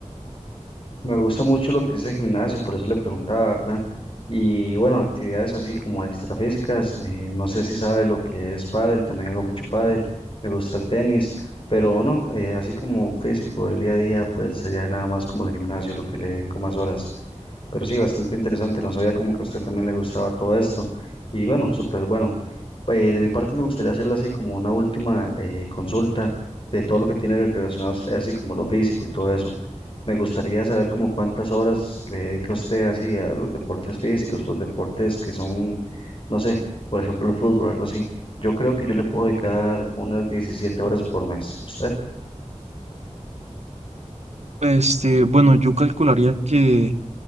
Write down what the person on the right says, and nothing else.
Este, bueno, yo calcularía que